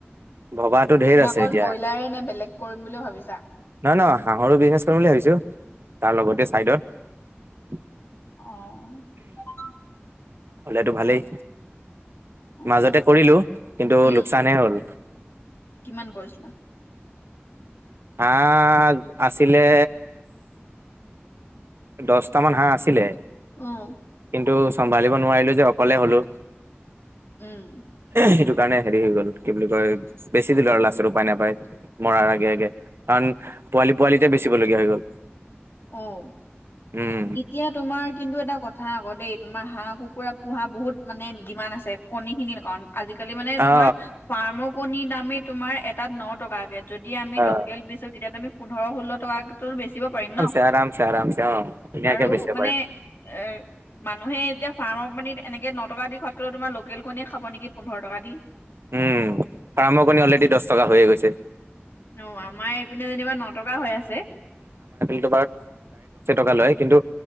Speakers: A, on the right; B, on the left.
A: ভবাতো ঢেৰ
B: মানে
A: আছে
B: অকল
A: এতিয়া
B: ব্ৰইলাৰে নে বেলেগ কৰিম বুলিও ভাবিছা?
A: নহয়, নহয় হাঁহৰো বিজনেছ কৰিম বুলি ভাবিছো, তাৰ লগতে চাইডত।
B: আহঁ।
A: হ'লেতটো ভালেই।
B: অ',
A: মাজতে কৰিলো, কিন্তু
B: উম,
A: লোকচানে হল।
B: কিমান কৰিছিলা?
A: হাহ আছিলে দহট মান হাঁহ আছিলে।
B: অ',
A: কিন্তু, চম্ভালিব নোৱাৰিলো যে অকলে হ'লো।
B: উম।
A: সেইটো কাৰণে হেৰি হৈ গ'ল। কি বুলি কয় বেছি দিলো আৰু লাষ্টত উপায়-নাপায় মৰাৰ আগে আগে। কাৰ পোৱালি-পোৱালিতে বেচিবলগীয়া হৈ গ'ল।
B: অ'এতিয়া
A: উম
B: তোমাৰ কিন্তু এটা কথা আকৌ দেই। তোমাৰ হাঁহ-কুকুৰা পোহা বহুত মানে ডি মাণ্ড আছে কণী খিনিৰ কাৰণে। আজিকালি মানে
A: অ
B: তোমাৰ ফাৰ্ম কণিৰ দামেই তোমাৰ এটাত ন টকা। যদি আমি
A: অ
B: লোকেল বিচাৰো তেতিয়া তো আমি পোন্ধৰ ষোল্ল টাতো বেচিব পাৰিম ন।
A: আৰামছে-আৰামছে অ' ধুনীয়াকে
B: আৰু
A: বেচিব
B: মানে
A: পাৰিম।
B: এ মানুহে এতিয়া ফাৰ্মৰ কণীত এনেকৈ ন টকা দি খোৱাতক'ও তোমাৰ লোকেল কণীয়ে খাব নেকি পোন্ধৰ টকা দি।
A: উম, ফাৰ্মৰ ক অলৰেডি দহ টকা হৈয়ে গৈছে।
B: ন আমাৰ এইপিনে যেনিবা নটকা হৈ আছে
A: দ কা লয় কিন্তু